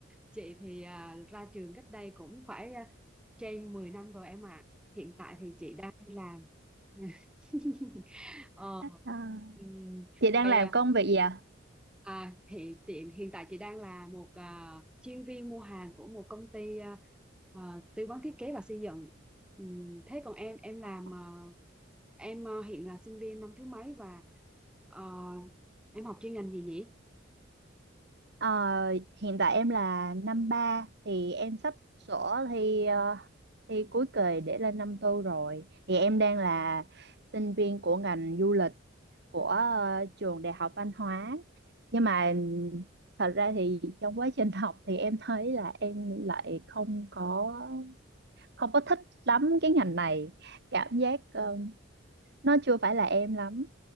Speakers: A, in the centre; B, on the right.
A: Chị thì à, ra trường cách đây cũng phải à, trên 10 năm rồi em ạ. Hiện tại thì chị đang đi làm. <laughs> Ờ,
B: Ờ,
A: ừm,
B: Chị đang
A: vậy
B: làm công việc gì ạ?
A: À thì tiệm hiện tại chị đang là một à, chuyên viên mua hàng của một công ty à, à, tư vấn thiết kế và xây dựng. Ừm, thế còn em em làm
B: Ờ.
A: à, em à, hiện là sinh viên năm thứ mấy và ờ, em học chuyên ngành gì nhỉ?
B: Ờ, hiện tại em là năm ba thì em sắp sổ thi ờ, thi cuối kỳ để lên năm tư rồi. Thì em đang là sinh viên của ngành du lịch của ờ, trường Đại học Văn hóa nhưng mà thật ra thì trong quá trình học thì em thấy là em lại không có không có thích lắm cái ngành này cảm giác ờ, nó chưa phải là em lắm